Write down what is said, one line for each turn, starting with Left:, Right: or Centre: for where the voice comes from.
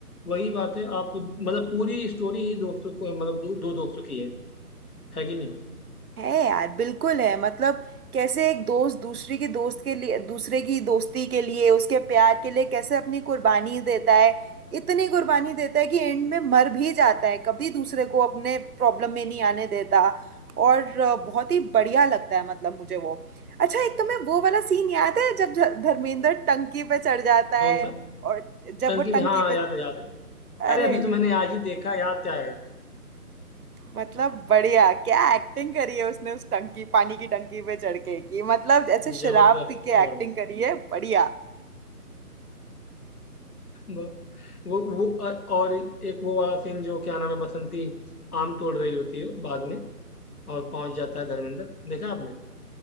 Left: वही बात है आप मतलब पूरी स्टोरी ही दोस्तों को मतलब दो, दो दोस्तों की है है कि नहीं
Right: है यार बिल्कुल है मतलब कैसे एक दोस्त दूसरे की दोस्त के लिए दूसरे की दोस्ती के लिए उसके प्यार के लिए कैसे अपनी कुर्बानी देता है इतनी कुर्बानी देता है कि एंड में मर भी जाता है कभी दूसरे को अपने प्रॉब्लम में नहीं आने देता और अ, बहुत ही बढ़िया लगता है मतलब मुझे वो अच्छा एक तुम्हें वो वाला सीन याद है जब ध- धर्मेंद्र टंकी पे चढ़ जाता
Left: कौन
Right: है
Left: सा
Right: और जब
Left: टंकी
Right: वो
Left: में
Right: टंकी
Left: हाँ
Right: पे
Left: याद है याद है
Right: अरे
Left: अरे अभी तो मैंने आज ही देखा यार क्या है
Right: मतलब बढ़िया क्या एक्टिंग करी है उसने उस टंकी पानी की टंकी पे चढ़ के कि मतलब ऐसे
Left: जबरदस्त
Right: शराब पी के
Left: जबरदस्त
Right: एक्टिंग करी है बढ़िया
Left: वो वो वो अ- और एक वो वाला सीन जो क्या नाम है बसंती आम तोड़ रही होती है बाग में और पहुंच जाता है धर्मेंद्र देखा आपने